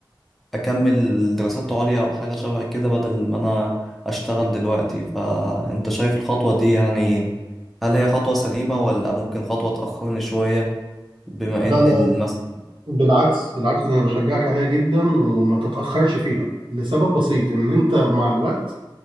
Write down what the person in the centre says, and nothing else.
اكمل دراسات عليا او حاجه شبه كده بدل ما انا اشتغل دلوقتي فانت شايف الخطوه دي يعني هل هي خطوه سليمه ولا ممكن خطوه تاخرني شويه بما
ان
المثل